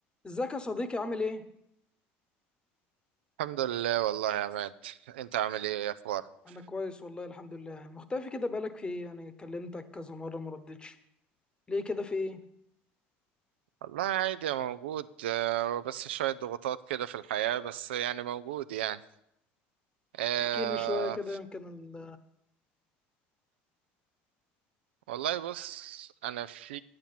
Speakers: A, on the left; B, on the right.
A: ازيك يا صديقي عامل ايه؟
B: الحمد لله والله يا عماد انت عامل ايه ايه اخبارك
A: انا كويس والله الحمد لله مختفي كده بقالك في ايه يعني كلمتك كذا مرة ما ردتش ليه كده في ايه؟
B: والله عادي يا موجود آه، بس شوية ضغوطات كده في الحياة بس يعني موجود يعني آه
A: احكي لي شوية كده يمكن ال
B: والله بص انا في